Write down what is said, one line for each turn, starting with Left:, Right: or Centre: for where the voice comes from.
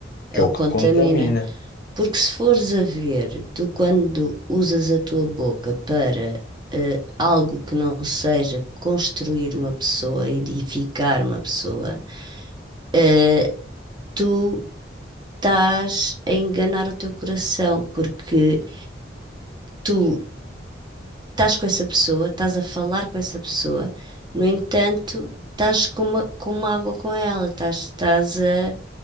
Right: ele
Left: que é o
Right: contamina.
Left: que contamina.
Right: Porque se fores a ver, tu quando usas a tua boca para eh, algo que não seja construir uma pessoa, edificar uma pessoa, eh, tu estás a enganar o teu coração, porque tu estás com essa pessoa, estás a falar com essa pessoa, no entanto, estás com uma, com uma água com ela, estás, estás a,